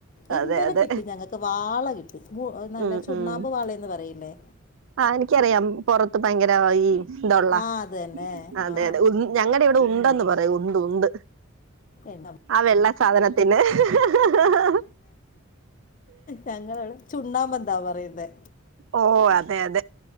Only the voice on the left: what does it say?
ഇന്നലെ
കിട്ടി ഞങ്ങൾക്ക് വാള കിട്ടി. നല്ല
ചുണ്ണാമ്പ്
വാളയെന്ന് പറയില്ലേ?
ആ അത് തന്നെ
ആ
എന്താ
ഞങ്ങളിവിടെ ചുണ്ണാമ്പന്ന പറയുന്നേ.